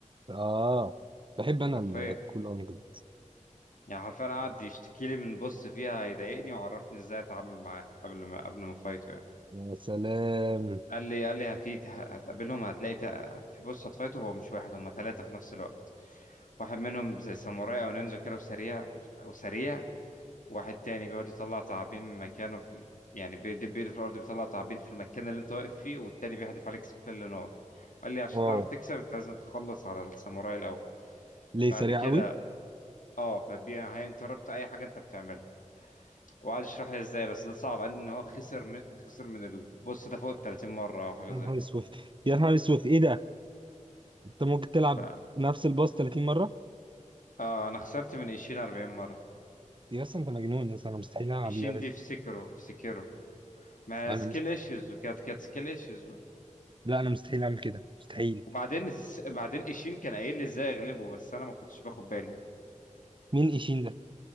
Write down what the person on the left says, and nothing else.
حرفيا
يعني حرفيا قعد يشتكي لي من بص فيها هيضايقني وعرفني ازاي اتعامل معاه قبل ما قبل ما فايته يعني
قال لي قال لي هفي هتقابلهم هتلاقي تق- في بص هتفايته هو مش واحد هم ثلاثة في نفس الوقت واحد منهم زي ساموراي او نينجا كده وسريع وسريع واحد تاني بيقعد يطلع تعابين من مكانه في يعني بيدب ايده في الارض بيطلع تعابين في المكان اللي انت واقف فيه والتاني بيحدف عليك سبيل نار قال لي عشان
تعرف تكسب انت لازم تخلص على الساموراي الاول
بعد
كده
اه ببيع هينتربت اي حاجه انت بتعملها وقعد يشرح لي ازاي بس ده صعب قال لي ان هو خسر من خسر من البوس ده فوق ال 30 مره او حاجه
زي
كده
ف
اه انا خسرت من ايشين 40 مره
ايشين
دي
في سكرو في سكيرو ما
سكيل
ايشوز وكانت كانت سكيل ايشوز
وبعدين الس- بعدين ايشين كان قايل لي ازاي اغلبه بس انا ما كنتش باخد بالي